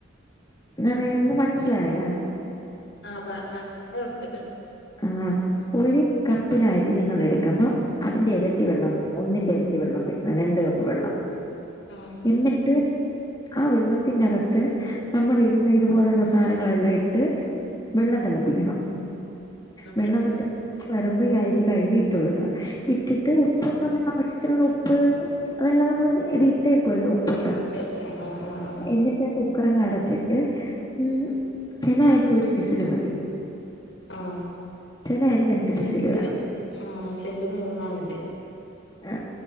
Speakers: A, on the left (about 20°); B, on the left (about 75°).
A: പറയുമ്പ മൻസ്സിലായാ
B: ആ പ മൻസ്സിലാവുണ്ട്
A: ആ ഒരു കപ്പില് അരി നിങ്ങള് എടുക്കുമ്പം അതിന്റെ എരട്ടി
B: ആഹ്
A: വെള്ളം വെ ഒന്നിന്റെ എരട്ടി വെള്ളം വെക്കണം രണ്ട് കപ്പ് വെള്ളം
B: ആഹ് ആഹ്
A: എന്നിട്ട് ആ വെള്ളത്തിന്റെകത്ത് നമ്മുള് ഇടുന്ന ഇതുപോലെയുള്ള സാധനങ്ങളെല്ലാം ഇട്ട് വെള്ളം തിളപ്പിക്കണം
B: എന്നിട്ട്
A: വെള്ളം വ്ട്ട് വരുമ്പോ ഈ അരി കഴ് വി ഇട്ട് കൊടുക്കണം ഇട്ടിട്ട് ഉപ്പും
B: ഉം ഉം
A: നമ്മുടെ ആവ്ശ്യ ചിക്കനുള്ള ഉപ്പ് അതെല്ലാം നമ്മള് ഇത് ഇട്ടേക്കുവല്ലോ ഉപ്പൊക്കാ
B: ഇട്ട് ആഹ് ആഹ് ആഹ് ആഹ്
A: എന്നിട്ടാ കുപ് ഉക്കറങ്ങ അടച്ചിട്ട് ഉം ചില അരി ഒരു ഫിസില് മതി
B: ആഹ
A: ചില അരി രണ്ട്
B: ചെലത്
A: ഫിസില് വേണം.
B: ആഹ ചെല്ത് മൂന്നാവണ്ടി വെ
A: അ